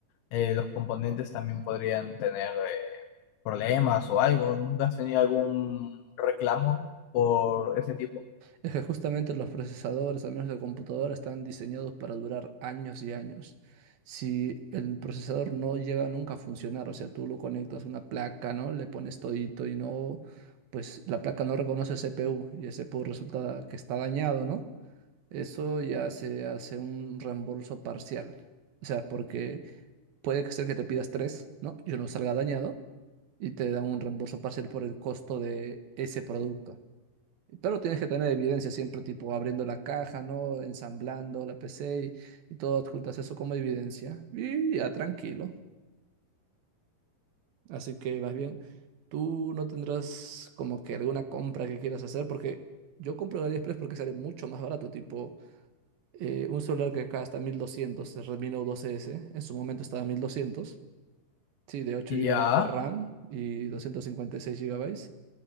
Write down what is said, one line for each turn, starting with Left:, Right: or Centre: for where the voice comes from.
Left: eh, los componentes también podrían tener eh, problemas o algo. ¿Nunca has tenido algún reclamo por ese tipo?
Right: Es que justamente los procesadores, al menos de computadora, están diseñados para durar años y años. Si el procesador no llega nunca a funcionar, o sea, tú lo conectas a una placa, ¿no? Le pones todito y no, pues la placa no reconoce CPU y el CPU resulta que está dañado, ¿no? Eso ya se hace un reembolso parcial. O sea, porque puede que sea que te pidas tres, ¿no? Y uno salga dañado y te dan un reembolso parcial por el costo de ese producto. Pero tienes que tener evidencia siempre, tipo abriendo la caja, ¿no? Ensamblando la PC y, y todo, adjuntas eso como evidencia. Y ya tranquilo. Así que más bien, tú no tendrás como que alguna compra que quieras hacer, porque yo compro en AliExpress porque sale mucho más barato, tipo eh, un celular que acá 1200 el Redmi Note 12S, en su momento estaba mil doscientos sí, de ocho
Left: Ya,
Right: gigabytes de RAM y 256 gigabytes